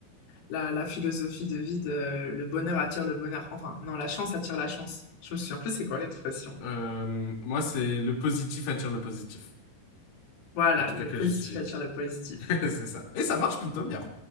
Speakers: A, on the left (about 85°); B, on the left (about 50°).
A: la, la philosophie de vie de euh, le bonheur attire le bonheur. Enfin, non, la chance attire la chance. Je me souviens plus c'est quoi l'expression.
B: Euh, moi, c'est le positif attire le positif.
A: Voilà,
B: En tout
A: le
B: cas, que
A: positif
B: j'utilise.
A: attire le positif.
B: <laughs> C'est ça. Et ça marche plutôt bien.